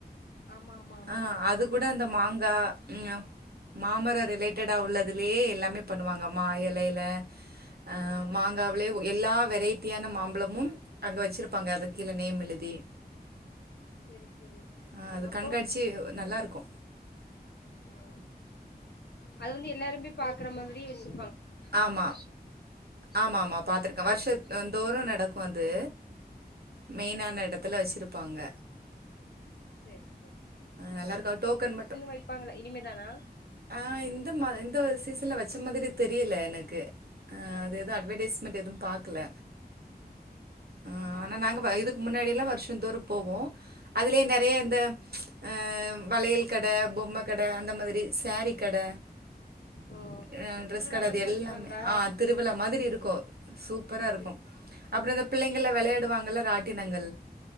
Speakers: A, on the left; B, on the right.
A: ஆமா ஆமா ஆமா
B: ஆஹ் அது கூட இந்த மாங்கா ஹ்எ மாமர ரிலேட்டடா உள்ளதுலயே எல்லாமே பண்ணுவாங்க மா எலைல அஹ் மாங்காவுலே எல்லா வெரைட்டியான மாம்பழமு அங்க வச்சிருப்பாங்க அது கீழ நேம் எழுதி
A: சரி சரி
B: ஆ அது
A: அப்போ
B: கண்காட்சி நல்லா இருக்கு
A: ஆஹ் அது வந்து எல்லாருமே பாக்குற மாதிரி வெச்சி
B: ஆமா ஆமாமா பாத்துருக்கே வருஷத் அந் தோறு நடக்கு அது மெயினான எட த்துல வச்சிருப்பாங்க
A: சரி ச
B: நல்லா இருக்கா டோக்கன் மட்டும்
A: வைப்பாங்களா இனிமேதானா
B: ஹ இந்த மா இந்த சீசன்ல வச்ச மாதிரி தெரியல எனக்கு ஆ அது எதும் அட்வடைஸ்மன்ட்
A: ம்
B: எதும் பாக்கல ஆ ஆனா நாங்க பா இது முன்னாடிலா வருஷோந்தோறும் போவோ அதுலயே நெறைய இந்த ச் ஆ வளையல் கட பொம்ம கட அந்த மாதிரி ஸாரீ கட
A: ஓ
B: ஆ ட்ரெஸ்
A: திருவிழா
B: கட
A: மாரி
B: அது எல்லாமே
A: மாத்திருவாங்களா
B: ஆ திருவிழா மாதிரி இருக்கு சூப்பரா இருக்கு
A: சரி
B: அப்பறொ இந்த பிள்ளைங்களா
A: ஆ
B: விளையாடுவாங்களா ராட்டினங்கள்